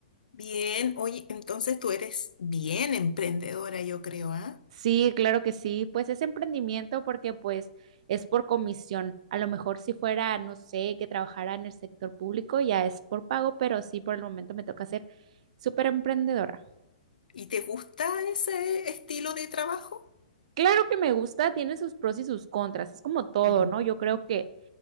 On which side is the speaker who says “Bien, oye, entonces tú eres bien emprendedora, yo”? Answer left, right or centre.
Left